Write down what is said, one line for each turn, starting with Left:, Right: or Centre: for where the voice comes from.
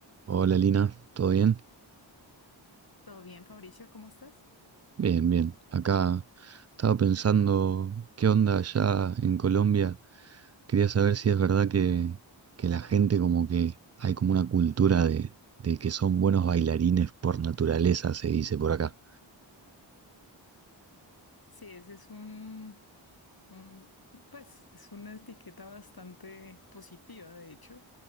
Right: Hola Lina, ¿todo bien?
Left: Todo bien, Fabricio, ¿cómo estás?
Right: Bien, bien. Acá estaba pensando qué onda allá en Colombia. Quería saber si es verdad que, que la gente como que hay como una cultura de, de que son buenos bailarines por naturaleza, se dice por acá.
Left: Sí, ese es un, un- pues, es una etiqueta bastante positiva, de hecho,